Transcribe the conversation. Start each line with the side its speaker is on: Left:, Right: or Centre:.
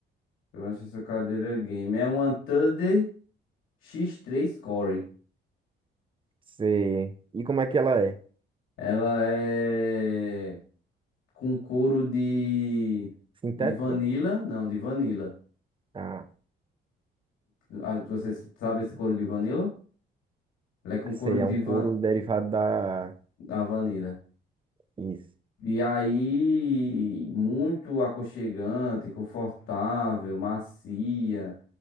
Left: Eu acho essa cadeira game. É uma Thunder x três Core.
Right: Você... E como é que ela é?
Left: Ela é. Com couro de.
Right: Sintético?
Left: De vanilla. Não, de vanilla.
Right: Ah,
Left: Ah, Você sabe esse couro de vanilla? Ela é com
Right: sei,
Left: couro de
Right: é um couro
Left: van...
Right: derivado da.
Left: da vanila.
Right: Isso.
Left: E aí, muito aconchegante, confortável, macia.